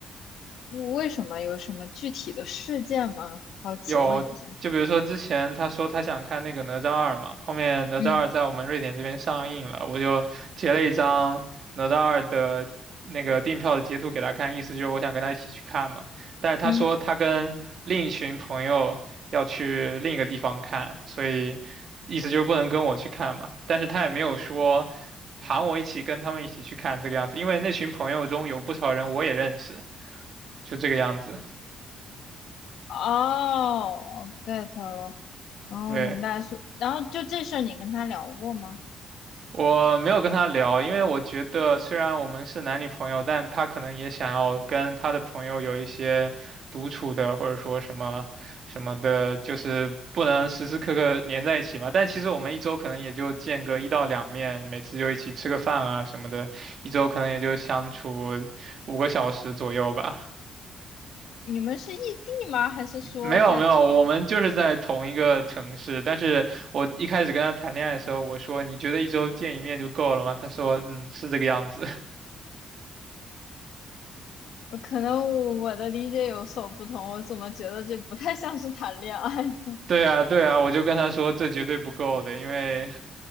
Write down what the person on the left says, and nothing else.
嗯为什么？有什么具体的事件吗？好奇问一下。
嗯
嗯，
哦，get 了。哦，
明白是，然后就这事儿你跟他聊过吗？
你们是异地吗？还是说在同一？
我可能我我的理解有所不同，我怎么觉得这不太像是谈恋爱呢